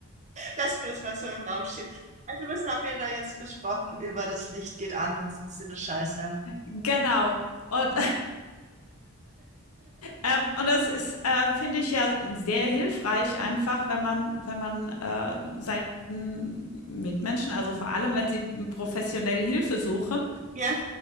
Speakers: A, on the right (about 35°); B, on the left (about 85°).
A: Lassen wir das mal so im Raum stehen. Also, was haben wir da jetzt besprochen über das Licht geht an, wenn es eine Scheiße?
B: Genau. Und, ähm, und das ist, äh, finde ich ja sehr hilfreich, einfach, wenn man, wenn man äh, seinen Mitmenschen, also vor allem, wenn sie professionell Hilfe suchen,
A: Ja,